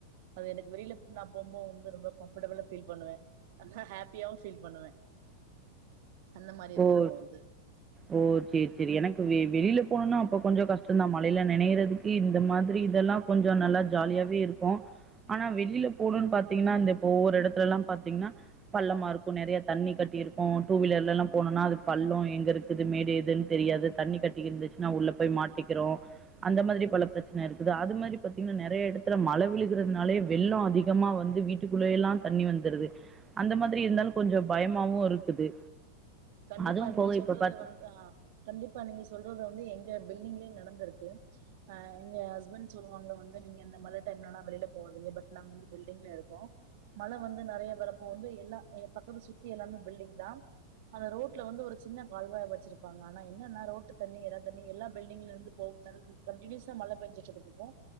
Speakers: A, on the right; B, on the right.
A: அது எனக்கு வெளியில நா போம் போது வந்து ரொம்ப கம்ஃபர்டபிளா ஃபீல் பண்ணுவே அத ஹாப்பியாவு ஃபீல் பண்ணுவே அந்த மாரி இருக்குது
B: ஓ!
A: வந்து
B: ஓ சேரி சேரி எனக்கு வெ வெளியில போனணும்னா அப்போ கொஞ்சோ கஷ்டம்தா மழையில நெனைையறதுக்கு இந்த மாரி இதெல்லா கொஞ்ச நல்லா ஜாலியாவே இருக்கு ஆனா வெளியில போனுன்னு பாத்தீங்கன்னா இந்த இப்ப ஒவ்வொரு எடத்துல எல்லா பாத்தீங்கன்னா பள்ளமா இருக்கு நெறைய தண்ணி கட்டி இருக்கு டூ வீலர்ல எல்லா போனுனா அது பள்ளோ எங்க இருக்குது மேடு எதுன்னு தெரியாது தண்ணி கட்டி இருந்துச்சுன்னா உள்ள போய் மாட்டிக்கிறோ அந்த மாரி பல பிரச்சனை இருக்குது அது மாரி பாத்தீங்கன்னா நெறைய இடத்துல மழை விழுகுறிறதுனாலே வெள்ளோ அதிகமா வந்து வீட் கள்ள எல்லா தண்ணி வந்துடுது அந்த மாதிரி இருந்தாலு கொஞ்சோ பயமாவு இருக்குது
A: கண்டிப்பா
B: அதுவும்
A: நீங்க
B: போக
A: சொல்றது
B: இப்ப பார்த்தி
A: வந்து ஆ கண்டிப்பா நீங்க சொல்றது வந்து எங்க பில்டிங்லயே நடந்துருக்கு அ இங்க ஹஸ்பண்ட் சொல்லுவாங்க வந்து நீங்க இந்த மழ டைம்லலா வெளியில போகாதீங்க பட் நாங்க வந்து பில்டிங்ல இருக்கோ மழை வந்து நெறைய வரப்போ வந்து எல்லா எப் பக்கத்து சுத்தி எல்லாமே பில்டிங் தா அந்த ரோட்ல வந்து ஒரு சின்ன கால்வாய வச்சிருப்பாங்க ஆனா என்னன்னா ரோட்டு் தண்ணி ஏதா தண்ணி எல்லா பில்டிங்ல இருந்து போ <unintelligible> கண்டினியூஸா மழ பெஞ்சிட்டு இருக்கரத்க்கு